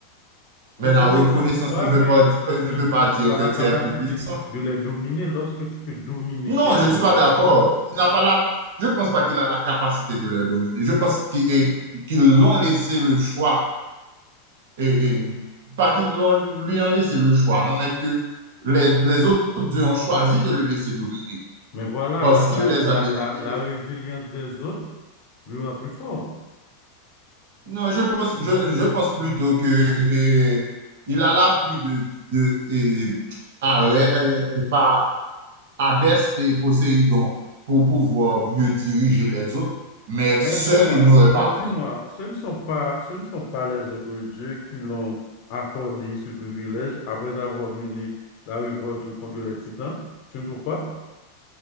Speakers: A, on the left; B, on the right.
A: Reconnaissance
B: Mais la reconnaissance
A: ou pas,
B: ne veut
A: mais
B: pas, di-
A: il,
B: ne
A: il-
B: veut pas
A: il-
B: dire
A: il a
B: que
A: la
B: tu
A: capacité
B: es plus puissant.
A: de les dominer lorsque tu peux dominer
B: Non,
A: quelqu'un
B: je ne suis
A: ou
B: pas
A: quelque
B: d'accord.
A: chose.
B: Il n'a pas la, je ne pense pas qu'il a la capacité de le dominer. Je pense qu'il est- qu'ils l'ont laissé le choix. Et, et- pas qu'ils l'ont, lui ont laissé le choix, non, mais que les, les autres deux ont choisi de le laisser dominer
A: Mais voilà,
B: parce
A: la,
B: qu'il
A: la-
B: les
A: la-
B: a délivrés
A: la- la
B: de son
A: résilience des autres lui rend plus fort.
B: Non, je pense, je, je pense plutôt que euh, il a l'appui de, de euh, Arès, euh, et pas Hadès et Poséidon pour pouvoir mieux diriger les autres, mais seul,
A: Mais dis-moi,
B: il n'aurait pas
A: mais dis-moi,
B: pu.
A: ce ne sont pas, ce ne sont pas les autres dieux qui l'ont accordé ce privilège après avoir mené la révolte contre les titans. Tu ne trouves pas?